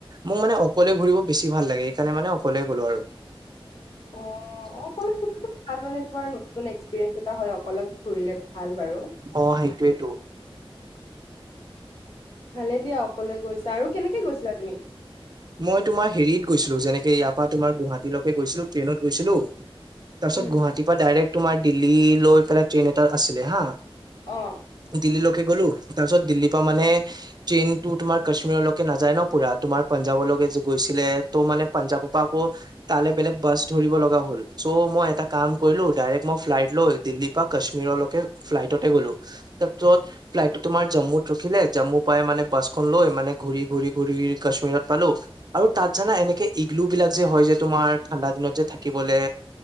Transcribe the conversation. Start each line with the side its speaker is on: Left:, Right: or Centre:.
Right: মোৰ মানে অকলে ঘূৰিব বেছি ভাল লাগে সেইকাৰণে মানে অকলে গ'লো আৰু। <unintelligible>
Left: অ অকলে অকলে ভাল, মানে তুমাৰ নতুন এক্সপিৰিয়েঞ্চ এটা হয় অকল ঘূৰিলে ভাল বাৰু।
Right: অ', সেইটোৱেইটো।
Left: ভালে দিয়া অকলে গৈছাঁ আৰু কেনেকে গৈছিলাঁ তুমি।
Right: মই তোমাৰ হেৰিত গৈছিলোঁ যেনেকে ইয়াৰ পৰা তোমাৰ গুৱাহাটীলৈকে গৈছিলোঁ ট্ৰেইনত গৈছিলোঁ। তাৰপিছত
Left: উম
Right: গুৱাহাটীৰ পৰা ডাইৰেক্ট তোমাৰ দিল্লী লৈ পেলাই ট্ৰেইন এটা আছিলে হা।
Left: অ'।
Right: দিল্লীলৈকে গলোঁ তাৰ পিছত দিল্লীৰ পৰা মানে, ট্ৰেইনটো তোমাৰ কাশ্মীৰলৈকে নাযায় ন পুৰা তোমাৰ। পাঞ্জাবলৈকে যে গৈছিলে, ত মানে পঞ্জাৱৰ পৰা আকৌ তালে বেলেগ বাছ ধৰিব লগা হ'ল চ' মই এটা কাম কৰিলোঁ, ডাইৰেক্ট মই ফ্লাইট লৈ দিল্লী ৰ পৰা কাশ্মীৰলৈকে ফ্লাইটতে গ'লো, তাৰপিছত ফ্লাইটটো তোমাৰ জম্মুত ৰখিলে, জম্মু পাই মানে বাছখন লৈ মানে ঘূৰি ঘূৰি ঘূৰি কাশ্মীৰত পালোঁ, আৰু তাত জানা এনেকে ইগলু বিলাক যে হয় যে তোমাৰ ঠাণ্ডা দিনত যে থাকিবলে।